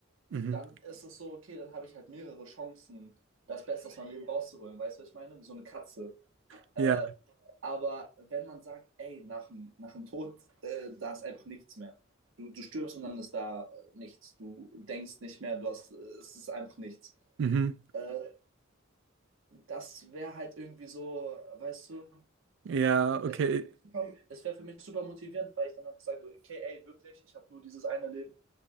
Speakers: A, on the right (about 65°); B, on the right (about 80°).
A: Mhm.
B: Dann ist es so, okay, dann habe ich halt mehrere Chancen, das Beste aus meinem Leben rauszuholen. Weißt du, was ich meine? Wie so eine Katze. Äh,
A: Ja.
B: aber wenn man sagt, ey, nach dem, nach dem Tod, äh, da ist einfach nichts mehr. Du, du stirbst und dann ist da äh, nichts. Du denkst nicht mehr, du hast, äh, es ist einfach nichts.
A: Mhm.
B: Äh, das wäre halt irgendwie so, weißt du,
A: Ja, okay.
B: es, es wäre für mich super motivierend, weil ich dann einfach sage, okay, ey, wirklich, ich habe nur dieses eine Leben